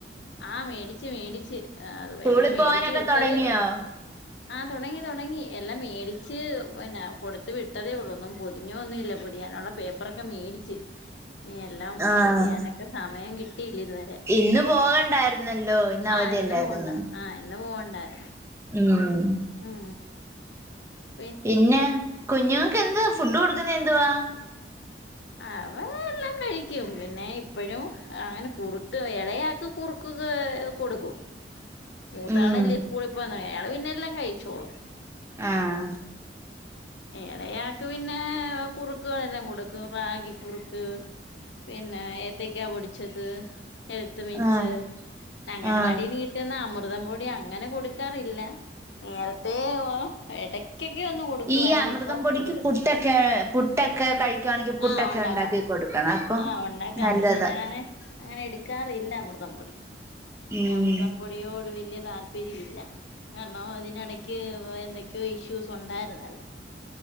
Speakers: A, on the left; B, on the right.
A: ആ മേടിച്ച് മേടിച്ച് അ
B: സ്കൂളിൽ
A: എല്ലാം
B: പോവാനൊക്കെ
A: മേടിച്ച് വെച്ചതേ
B: തൊടങ്ങിയോ
A: ആഹ തൊടങ്ങി തൊടങ്ങി എല്ലാം മേടിച്ച് പിന്നെ കൊടുത്ത് വിട്ടതേ ഒള്ള് ഒന്നും പൊതി ന്നുമല്ല പൊതിയാനുള്ള പേപ്പറൊക്കെ മേടിച്ച് നീ എല്ലാം
B: ആഹ്
A: പൊതിയാനൊക്കെ സമയം കിട്ടി കിട്ടീല്ലിതുവരെ
B: ഇന്ന് പോകണ്ടായിരുന്നല്ലോ അവധിയല്ലായിരുന്നോ
A: ആഹ് ഇന്ന് പോവണ്ട ആഹ് ഇന്ന് പോവണ്ടായിരുന്നു
B: ഉം
A: ഉം ഉ ഉം
B: പിന്നെ കുഞ്ഞുങ്ങക്ക് എന്ത്വാ ഫുഡ് കൊടുക്കുന്ന എന്തുവാ
A: അവൻ എല്ലാം കഴിക്കും പിന്നെ ഇപ്പഴും അങ്ങനെ കുറുക്ക് എളയാക്ക് കുറുക്ക് കൊടുക്കും മൂത്താളല്ലേ
B: ഉം
A: സ്കൂളിൽ പോന്ന അയാള് പിന്നെ എല്ലാം കഴിച്ചോളും
B: ആഹ്
A: എളേയാക്ക് പിന്നെ കുറുക്കുകളെല്ലാം കൊടുക്കും ക്ക് റാഗി കുറുക്ക് പിന്നെ ഏത്തക്കാ പൊടിച്ചത് എഴുത്ത് മീച്ച്
B: ആഹ്
A: അങ്ങനവാടി
B: ആഹ്
A: നീട്ടുന്ന അമു അമൃതം പൊടി അങ്ങനെ കൊടുക്കാറില്ല നേരത്തെ എ ഉച്ചക്ക് ഒന്ന് കൊടുക്കുവായിരുന്നു
B: ഈ അമൃതം
A: ഇപ്പൊ
B: പൊടിക്ക്
A: കൊടുക്കത്തില്ല
B: പുട്ടൊക്കെ പുട്ടൊക്കെ കഴിക്കുവാണെങ്കിൽ പുട്ടൊക്കെ
A: ആഹ് ഉണ്ടാക്കാം
B: ഉണ്ടാക്കി കൊടുക്കണം അപ്പം
A: ആഹ് ഉണ്ടാക്കാം.
B: നല്ലതാ
A: പക്ഷെ ഞാൻ അങ്ങനെ, എടുക്കാറില്ല അമൃ- തം പൊടി എനിക്ക്
B: ഉം
A: അമൃതം പൊടിയോട് വെല്ലിയ താല്പര്യമില്ല കാരണം ഇതിനെടെക്ക് എന്തൊക്ക്‌യോ ഇഷ്യൂസ് ഉണ്ടായിര്ന്നല്ലോ